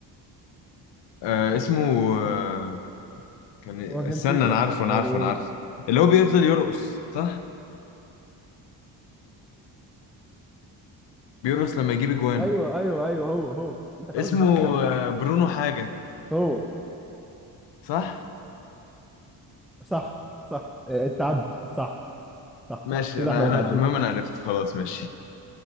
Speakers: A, on the left; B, in the centre.
A: آه اسمه آه كان استنى
B: هو جنسيته
A: انا عارفه
B: يعني
A: انا عارفه انا عارفه اللي هو بيفضل يرقص صح بيرقص لما يجيب اجوان
B: ايوه ايوه ايوه هو هو انت خلاص
A: اسمه
B: جبت يا عم
A: آه برونو حاجة
B: هو
A: صح
B: صح صح إيه، اتعد صح صح
A: ماشي
B: كده
A: انا
B: احنا متعدين
A: انا المهم انا عرفت خلاص ماشي